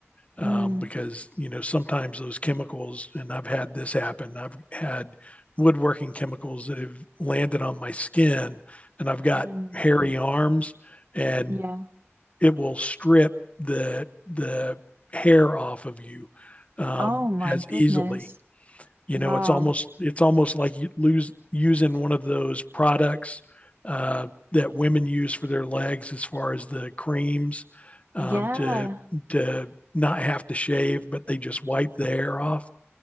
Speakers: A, on the right; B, on the left.
A: mm,
B: um, because you know sometimes those chemicals and i've had this happen i've had woodworking chemicals that have landed on my skin and i've
A: mm,
B: got hairy arms and
A: yeah.
B: it will strip the the hair off of you um,
A: Oh my
B: as
A: goodness.
B: easily. You
A: Wow.
B: know, it's almost it's almost like you lose using one of those products uh, that women use for their legs, as far as the creams um,
A: Yeah.
B: to to not have to shave, but they just wipe the hair off,